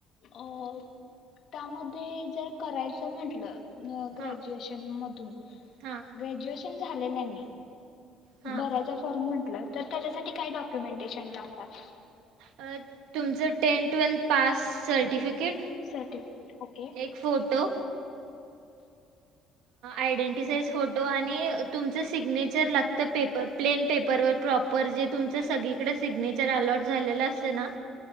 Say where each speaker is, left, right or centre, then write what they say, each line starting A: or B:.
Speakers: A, on the left; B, on the right.
A: अ त्यामध्ये जर करायचं म्हटलं.
B: हां
A: ग्रुजूएशन मधून
B: हां
A: ग्रॅज्युएश पण झाले नाही मी
B: हां
A: भरायचा फॉर्म म्हण म्हटल तर त्याच्यासाठी काय डॉक्युमेंटेशन लागतात?
B: अ तुमचं ten twelfth pass certificate
A: certificate okay
B: एक फोटो आयडेंटिसाइज फोटो आणि तुमच सिग्नेचर लागत पेपर प्लेन पेपर व प्रॉपर जे तुमच सगळीकडे सिग्नेचर अलॉट झालेलं असत ना